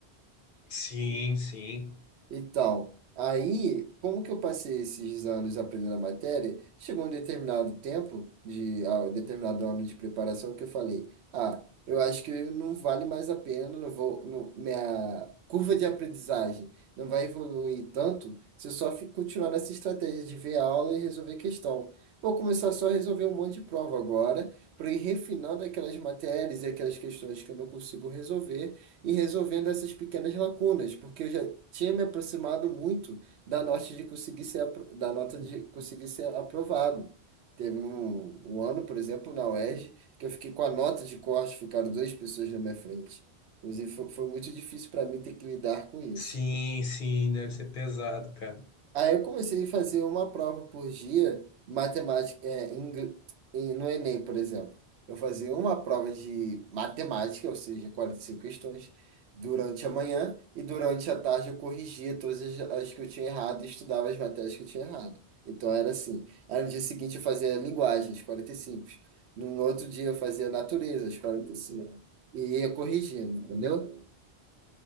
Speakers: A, on the left; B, on the right.
A: Sim, sim.
B: Então, aí, como que eu passei esses anos aprendendo a matéria? Chegou um determinado tempo, de, ah, um determinado ano de preparação, que eu falei: ah, eu acho que não vale mais a pena, não vou, não- minha curva de aprendizagem não vai evoluir tanto se eu só fi- continuar nessa estratégia de ver a aula e resolver questão. Vou começar só a resolver um monte de prova agora, para ir refinando aquelas matérias e aquelas questões que eu não consigo resolver e resolvendo essas pequenas lacunas, porque eu já tinha me aproximado muito da nota de conseguir ser, apro- da nota de conseguir ser aprovado. Teve um, um ano, por exemplo, na UERJ, que eu fiquei com a nota de corte, ficaram duas pessoas na minha frente. Inclusive, fo- foi muito difícil para mim ter que lidar com isso.
A: Sim, sim, deve ser pesado, cara.
B: Aí eu comecei a fazer uma prova por dia, matemática, é, ingl- em- no Enem, por exemplo. Eu fazia uma prova de matemática, ou seja, 45 questões, durante a manhã, e durante a tarde eu corrigia todas as as que eu tinha errado e estudava as matérias que eu tinha errado. Então era assim. Aí no dia seguinte eu fazia linguagem, as 45. No outro dia eu fazia natureza, as quarenta e cinco E ia corrigindo, entendeu?